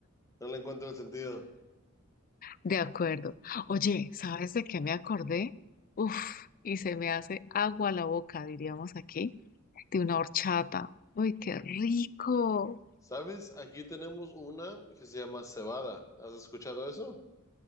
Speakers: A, on the left; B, on the left.
A: No le encuentro el sentido.
B: De acuerdo. Oye, ¿sabes de qué me acordé? Uf, y se me hace agua la boca, diríamos aquí, de una horchata. Uy, qué rico.
A: ¿Sabes? Aquí tenemos una que se llama cebada. ¿Has escuchado eso?